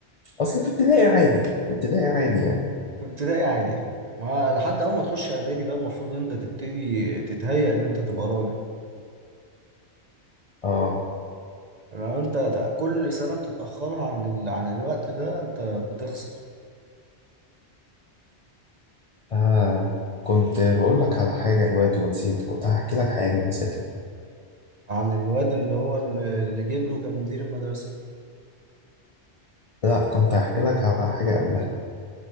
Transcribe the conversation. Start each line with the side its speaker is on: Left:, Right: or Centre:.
Left: اصل في ابتدائي عادي في ابتدائي عادي يعني
Right: في ابتدائي عادي يعني ما لحد اول ما تخش اعدادي بقى المفروض انت تبتدي تتهيأ ان انت تبقى راجل
Left: اه
Right: لو انت ت- كل سنة بتتأخرها عن ال... عن الوقت ده انت بتخسر
Left: آه كنت بقول لك على حاجة دلوقتي ونسيت كنت هحكي لك حاجة ونسيتها
Right: عن الواد اللي هو ال- اللي جده كان مدير المدرسة
Left: لا كنت هحكي لك على حاجة قبلها